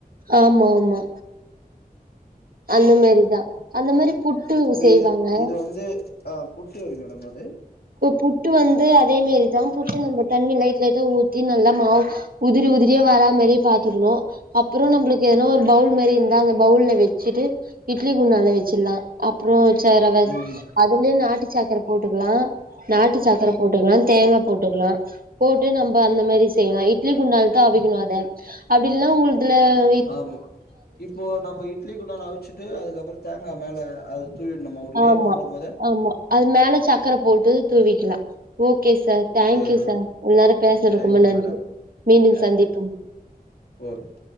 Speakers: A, on the right; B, on the left.
A: ஆமா ஆமா அந்த மாரிதா அந்த மாரி புட்டு
B: இப்ப
A: செய்வாங்க
B: இது இது வந்து ஆ புட்டு வரி மேடம் அது
A: இப்போ புட்டு வந்து அதேமாரிதா புட்டு நம்ம தண்ணி லைட் லைட்டா ஊத்தி நல்லா மாவு உதிரி உதிரியா வரா மாரியே பாத்துக்கணு அப்புறோ நம்பளுக்கு எதனா ஒரு பவுல் மாரி இருந்தா அந்த பவுல்ல வச்சுட்டு இட்லி குன்டான்ல வச்சிட்லா அப்புறோ சேர் அவ
B: ம்
A: அதுலே நாட்டு சக்கர போட்டுக்லா நாட்டு சாக்கர போட்டுக்கலா தேங்கா போட்டுக்கலா போட்டு நம்ப அந்த மாரி செய்லா இப் இட்லி குண்டால்த்தா அவிக்கிணு அத அப்டி இல்னா உங்குள்துல வைக்
B: ஆமா இப்போ நம்ப இட்லி குண்டான அவிச்சுட்டு அதுக்கப்பறோ தேங்கா மேல அதுத் தூவிட்னுமா உள்ளியே
A: ஆமா,
B: மூடம்மோதே
A: ஆமா. அது மேல சக்கர போட்டு தூவிக்கிலா ஓகே சார் தேங்க்யூ
B: சேரி
A: சார் இவ்ளோ நேரோ பேசுனதுக்கு
B: தேங்க்யூ
A: ரொம்ப நன்றி
B: மேடம்
A: மீண்டும் சந்திப்போம்
B: ஓக்